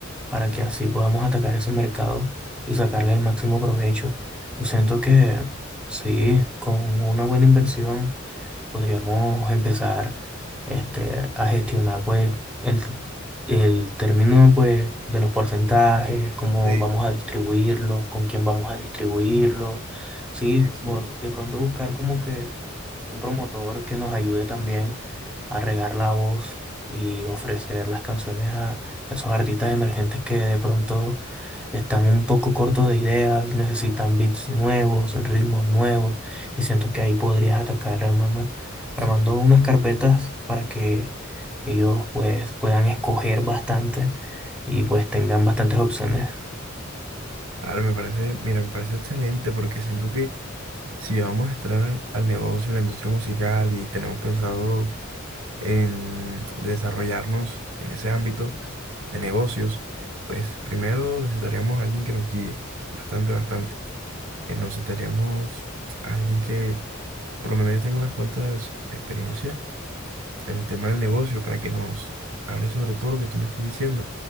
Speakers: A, in the centre; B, on the right.
A: para que así podamos atacar ese mercado y sacarle el máximo provecho. Yo siento que sí, con una buena inversión podríamos empezar este, a gestionar pues el, el término pues de los porcentajes, cómo
B: Sí,
A: vamos a distribuirlos, con quién vamos a distribuirlos Sí,
B: sí, sí.
A: bo- de pronto buscar como que un promotor que nos ayude también a regar la voz y ofrecer las canciones a a esos artistas emergentes que de pronto están un poco cortos de ideas, necesitan beats nuevos, ritmos nuevos, y siento que ahí podrías atacar, hermano,
B: sí.
A: armando unas carpetas para que ellos pues puedan escoger bastante y pues tengan bastantes opciones.
B: Ahora me parece, mira, me parece excelente porque siento que si vamos a entrar al, al negocio, a la industria musical y tenemos pensado em, desarrollarnos en ese ámbito de negocios, pues primero necesitaríamos a alguien que nos guíe, bastante, bastante. Eh, necesitaríamos a alguien que por lo menos ya tenga unas cuantas experiencias en el tema del negocio para que nos hable sobre todo lo que tú me estás diciendo,